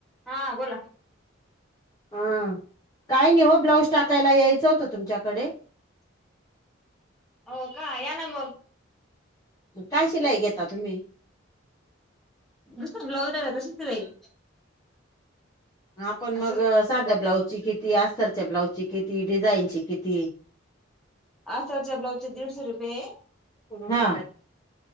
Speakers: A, in the centre; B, on the left.
A: हा बोला.
B: आं, काही नाही ओ ब्लाऊज टाकायला यायचं होतं तुमच्याकडे.
A: हो का, या ना मग.
B: उम काय शिलाई घेता तुम्ही?
A: नुसत ब्लाउज राहीलं तशीच शिलाई.
B: हां पण
A: असं.
B: मग साध्या ब्लाउजची किती अस्तरच्या ब्लाउजची किती डिझाईनची किती
A: अस्तर च्या ब्लाउजचे दीडशे रुपये
B: हा